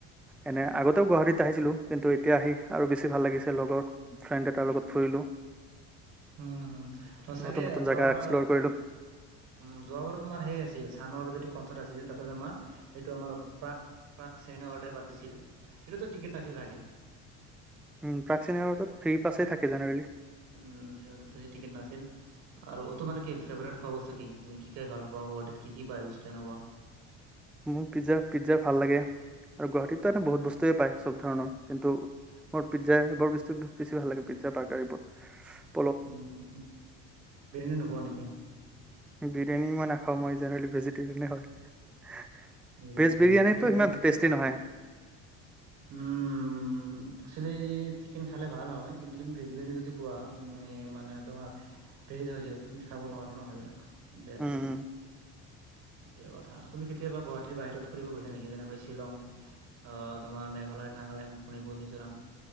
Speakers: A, in the centre; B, on the right (about 70°).
A: এনে আগতেও গুৱাহাটীত আহিছিলো কিন্তু এতিয়া আহি আৰু বেছি ভাল লাগিছে লগৰ ফ্ৰেণ্ড এটাৰ লগত ফুৰিলো
B: উম হম চাগে
A: নতুন নতুন জেগা
B: যোৱা বাৰ
A: এক্সপ্ল'ৰ কৰিলোঁ
B: উম যোৱা বাৰু তোমাৰ সেয়াই আছিল চানৰ যিটো কণ্ঠত আছিল, তাতে তোমাৰ এইটো আমাৰ প্ৰাক প্ৰাক চাইনাৱাডে পাতিছিল এইটোতো টিকেট নাছিল চাগে
A: উ প্ৰাক চীনেৱাৰ্ডত ফ্ৰী পাছেই থাকে জেনেৰেলি
B: উম যিৰন তাতে টিকেট নাছিল। আৰু তোমাৰ কি ফেভৰেট খোৱা বস্তু কি তুমি কি খাই ভাল পোৱা গুৱাহাটীত কি কি পায় বস্তু এনকোৱা
A: মোৰ পিজ্জা পিজ্জা ভাল লাগে আৰু গুৱাহাটীততো এটো বহুত বস্তুৱে পায় চব ধৰণৰ কিন্তু, মোৰ পিজ্জা এইবোৰ বস্তুত বেছি ভাল লাগে পিজ্জা বাৰ্গাৰবোৰ।
B: উম বিৰিয়ানী নোখোৱা নেকি?
A: বিৰিয়ানী মই নাখাও মই জেনেৰেলি ভেজিটেৰিয়ানে হয়।
B: ভেজিটেৰিয়ান
A: ভেজ বিৰিয়ানীটো
B: কেইটা
A: সিমান টেষ্টি নহয়।
B: উম! উম একচেলি চিকেন খালে ভাল হয় কিন্তু তুমি ভেজ বিৰিয়ানী যদি খোৱা তুমি মানে তোমাৰ ভেজ হয় যিহেতু তুমি খাব নোৱাৰ ন সেইবিলাক বেয়া লাগিব।
A: উম, <unintelligible>
B: তে কথা আৰু তুমি কেতিয়াবা গুৱাহাটীৰ বাহিৰত ফুৰি গৈছা নেকি যেনেকৈ শ্বিলং আহ তোমাৰ মেঘালয়, নাগালেণ্ড, মণিপুৰ, মিজোৰাম।